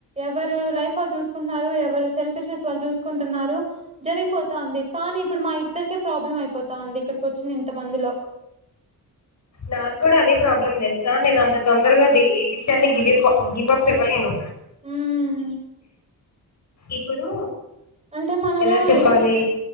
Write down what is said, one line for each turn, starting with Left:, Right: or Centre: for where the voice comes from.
Right: ఎవరు లైఫ్ చూ ఎవ సెల్ఫె వాళ్ళు చూసుకుంటు జరిగిపోతుంది కానీ ఇప్పుడు మా ఇద్దరిక ప్రాబ్లం అయిపోతంది ఇక్కడికి వచ్చింది ఇంత మందిలో
Left: నాకు కూడా అదే ప్రాబ్లం తెలుసా నేను అంత తొందరగా ఏ విషయాన్ని గివిప గివ్ అప్ ఇవ్వలేను
Right: ఉమ్
Left: ఇప్పుడు
Right: అంటే మనము
Left: ఎలా చెప్పాలి
Right: ఈ-